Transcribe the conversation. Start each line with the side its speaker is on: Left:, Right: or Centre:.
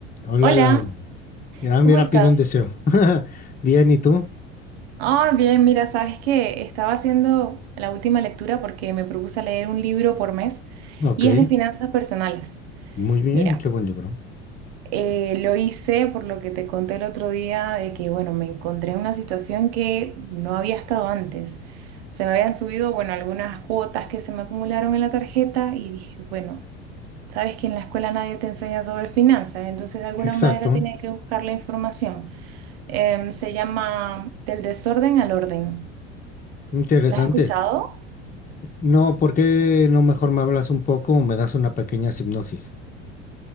Left: Hola,
Right: Hola,
Left: Lau. Ya,
Right: ¿cómo
Left: mira,
Right: estás?
Left: pide un deseo. <laughs> Bien, ¿y tú?
Right: Ah, bien, mira, sabes que estaba haciendo la última lectura porque me propuse leer un libro por mes
Left: Ok,
Right: y es de finanzas personales.
Left: muy bien,
Right: Mira,
Left: qué buen libro.
Right: eh, lo hice por lo que te conté el otro día de que, bueno, me encontré en una situación que no había estado antes. Se me habían subido, bueno, algunas cuotas que se me acumularon en la tarjeta y dije, bueno, sabes que en la escuela nadie te enseña sobre finanzas, entonces de alguna
Left: Exacto,
Right: manera tenía que buscar la información. Em, se llama Del desorden al orden.
Left: interesante.
Right: ¿La has escuchado?
Left: No, ¿por qué no mejor me hablas un poco o me das una pequeña hipnosis?